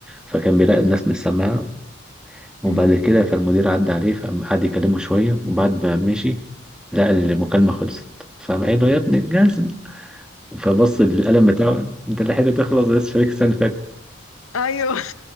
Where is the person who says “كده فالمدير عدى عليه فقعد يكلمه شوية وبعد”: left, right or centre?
Centre